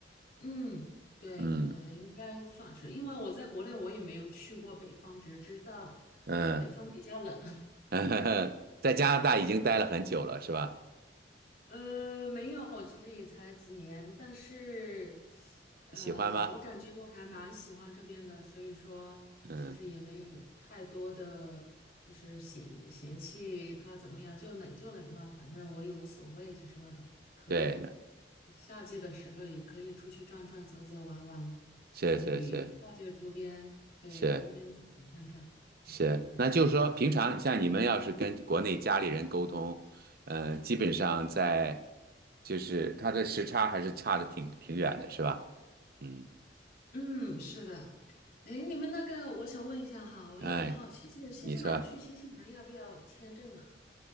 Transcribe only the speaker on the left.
嗯，对，
可能应该算是，因为我在国内我也没有去过北方，只知道
北方比较冷，
<laughs> 对。
呃，没有，其实也才几年，但是，呃，
我感觉我还蛮喜欢这边的，所以说其实也没有太多的就是嫌嫌弃它怎么样，
就冷就冷吧，反正我也无所谓，就是那种可以
夏季的时候也可以出去转转、走走、玩玩，
就旅游的话就周边，对，
周边走走看看，
这样。
嗯，是的。哎，你们那个，我想问一下哈，我有点好奇，
就是新西兰去新西兰要不要签证啊？